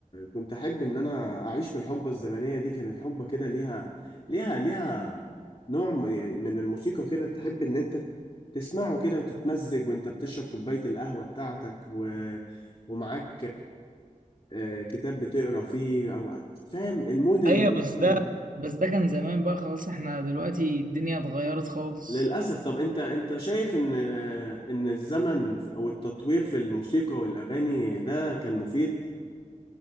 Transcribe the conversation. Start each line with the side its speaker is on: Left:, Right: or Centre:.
Left: كنت أحب إن أنا أعيش بالحقبة الزمنية دي كانت حقبة كده ليها ليها ليها نوع م- من الموسيقى كده تحب إن أنت تسمعه كده وتتمزج وأنت بتشرب كوباية القهوة بتاعتك و... ومعاك آه، كتاب بتقرا فيه او فاهم المود الحلو
Right: ايوه بس ده
Left: ده
Right: بس ده كان زمان بقى خلاص احنا دلوقتي الدنيا اتغيرت خالص
Left: للاسف طب انت انت شايف ان آه، ان الزمن ف- او التطوير في الموسيقى والاغاني ده كان مفيد